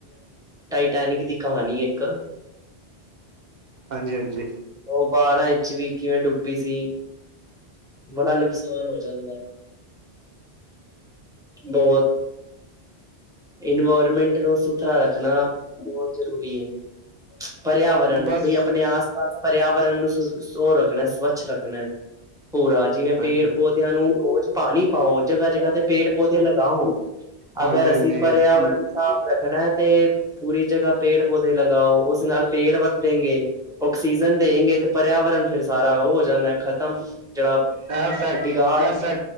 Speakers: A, in the centre; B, on the right.
A: ਟੈਨਿਕ ਦੀ ਕਹਾਣੀ ਇੱਕ
B: ਹਾਂਜੀ-ਹਾਂਜੀ
A: ਉਹ ਪਹਾੜਾਂ ਵਿੱਚ ਵੀ ਕਿਵੇਂ ਡੁੱਬੀ ਸੀ, ਬੜਾ ਨੁਕਸਾਨ ਹੋ ਜਾਂਦਾ। ਬਹੁਤ ਇਨਵਾਇਰਮੈਂਟ ਨੂੰ ਸੁਥਰਾ ਰੱਖਣਾ ਬਹੁਤ ਜਰੂਰੀ ਏ। ਪਰਿਆਵਰਣ
B: ਬਸ
A: ਵੀ ਆਪਣੇ ਆਸ -ਪਾਸ ਪਰਿਆਵਰਣ ਨੂੰ ਸੁ ਸੋ ਰੱਖਣਾ ਸਵੱਛ ਰੱਖਣਾ ਪੂਰਾ, ਜਿਵੇਂ
B: ਹਾਂਜੀ
A: ਪੇੜ ਪੌਦਿਆਂ ਨੂੰ ਰੋਜ਼ ਪਾਣੀ ਪਾਓ। ਜਗ੍ਹਾ-ਜਗ੍ਹਾ ਤੇ ਪੇੜ ਪੌਦੇੇ ਲਗਾਓ।
B: ਹਾਂਜੀ
A: ਅਗਰ ਅਸੀਂ
B: ਹਾਂਜੀ
A: ਪਰਿਆਵਰਣ ਨੂੰ ਸਾਫ਼ ਰੱਖਣਾ ਹੈ, ਤੇ ਪੂਰੀ ਜਗ੍ਹਾ ਪੇੜ -ਪੌਦੇ ਲਗਾਓ ਉਸ ਨਾਲ ਪੇੜ ਵੱਧੇਗੇ, ਆਕਸੀਜਨ ਦੇਂਗੇ ਤੇ ਪਰਿਆਵਰਨ ਫਿਰ ਸਾਰਾ ਉਹ ਹੋ ਜਾਂਦਾ ਖ਼ਤਮ। ਜਿਹੜਾ
B: ਅ ਸ-ਅ
A: ਬਿਗਾੜ
B: ਸ।